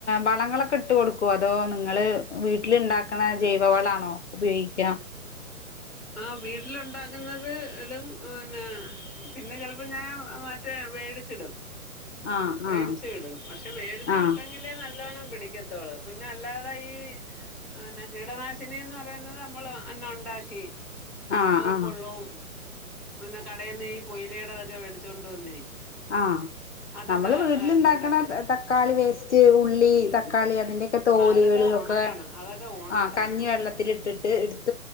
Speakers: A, on the left (about 55°); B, in the centre.
A: വളങ്ങളൊക്കെ ഇട്ട് കൊടു അതോ നിങ്ങള് വീട്ടില് ണ്ടാക്കണ ജൈവവളാണോ ഉപയോഗികാ?
B: ആഹ് വീട്ടിലുണ്ടകുന്നത് എടും. ന്നെ പിന്നെ ചെൽപ്പോ ഞാൻ മറ്റേ മേടിച്ചിടും.
A: ആഹ്
B: പേടിച്ചു
A: ആഹ്
B: വിടും പക്ഷെ മേടിച്ചു
A: ആഹ്
B: വിട്ടെങ്കി നല്ലോണം പിടിക്കത്തോളു പിന്നെ അല്ലാതെ ഈ പിന്നെ കീടനാശിനീന്ന് പറയുന്നത് നമ്മള് അന്ന് ഉണ്ടാക്കി.
A: ആഹ്
B: സോപ്പ്ള്ളും
A: ആഹ്
B: പിന്നെ കടയിൽന്ന് ഈ പുയിലയുടെതൊക്കെ മേടിച്ചോണ്ട് വന്നേ.
A: ആഹ്
B: അതൊക്കെ
A: നമ്മള് വീട്ടില്ണ്ടാക്കണ
B: ഇടത്തേ ഉള്ളൂ
A: ച ക്കാളി വേസ്റ്റ് ഉള്ളി തക്കാളി അതിന്റെക്കെ തോലുകള്
B: ആ അതൊക്കെ
A: ഒക്കെ
B: ഉണക്കണം അതൊക്കെ ഉണക്കണം
A: ആഹ് കഞ്ഞിവെള്ളത്തില് ഇട്ടിട്ട്